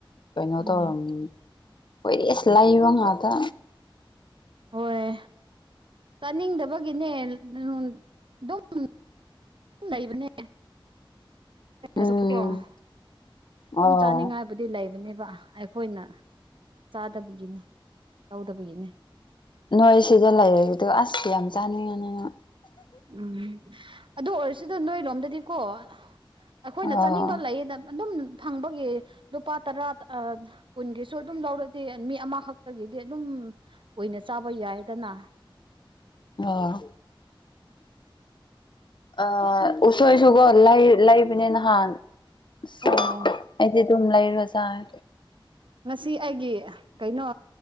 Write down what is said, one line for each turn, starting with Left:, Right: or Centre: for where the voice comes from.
Left: ꯀꯩꯅꯣ
Right: ꯎꯝ
Left: ꯇꯧꯔꯝꯅꯤ ꯑꯈꯣꯏꯗꯤ ꯂꯩꯕ ꯉꯥꯛꯇꯥ
Right: ꯍꯣꯏ ꯆꯥꯅꯤꯡꯗꯥꯕꯒꯤꯅꯦ <inaudible> ꯑꯗꯨꯝ ꯂꯩꯕꯅꯦ
Left: ꯎꯝ
Right: <inaudible> ꯁꯨꯝ
Left: ꯑꯣ
Right: ꯆꯥꯅꯤꯡꯉꯥꯏ ꯕꯨꯗꯤ ꯂꯩꯕꯅꯦꯕ ꯑꯩꯈꯣꯏꯅ ꯆꯥꯗꯕꯒꯤꯅꯦ ꯂꯧꯗꯕꯒꯤꯅꯦ
Left: ꯅꯣꯏ ꯁꯤꯗꯥ ꯂꯩꯔꯦꯕꯗꯨ ꯑꯁ ꯌꯥꯝ ꯆꯥꯅꯤꯡꯕꯅꯦꯕ
Right: ꯎꯝ ꯑꯗꯨ ꯑꯣꯏꯔꯥꯁꯨꯗꯣ ꯅꯣꯏ ꯂꯣꯝꯗꯥꯗꯤꯀꯣ ꯑꯩꯈꯣꯏꯅ
Left: ꯑꯣ
Right: ꯆꯥꯅꯤꯡꯕ ꯂꯩꯌꯦꯗ ꯑꯗꯨꯝ ꯐꯪꯕꯒꯤ ꯂꯨꯄꯥ ꯇꯔꯥ ꯑꯥ ꯀꯨꯟꯒꯤꯁꯨ ꯑꯗꯨꯝ ꯂꯧꯔꯥꯗꯤ ꯃꯤ ꯑꯃꯥꯈꯛꯇꯥꯒꯤꯗꯤ ꯑꯗꯨꯝ ꯀꯨꯏꯅ ꯆꯥꯕ ꯌꯥꯏꯗꯥꯅ
Left: ꯑꫭ ꯑꯥ ꯎꯁꯣꯏꯁꯨꯀꯣ ꯂꯩ ꯂꯩꯕꯅꯤ ꯅꯍꯥꯟ ꯑꯁ
Right: ꯑꯣ
Left: ꯑꯩꯗꯤ ꯑꯗꯨꯝ ꯂꯩꯔꯥꯒꯥ ꯆꯥꯏ
Right: ꯉꯁꯤ ꯑꯩꯒꯤ ꯀꯩꯅꯣ